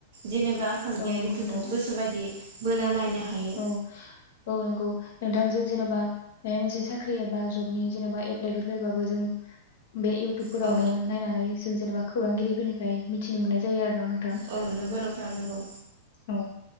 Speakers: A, on the right (about 60°); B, on the left (about 70°).
A: जेनेबा आंखाल गैया
B: औ नंगौ
A: इउटुबाव
B: नोंथां
A: गोसो बायदि बोना नायनो हायो
B: औ औ नंगौ नोंथां जों जेनेबा बेहाय मोनसे साख्रि एबा जबनि जेनेबा एप्लाइफोर फैबाबो जों बे इउटुबफोरावनो
A: औ
B: नायनानै जों जेनेबा खौरांगिरिफोरनिफ्राय मिथिनो मोननाय जायो आरो नं
A: औ नंगौ नोंथां नंगौ
B: औ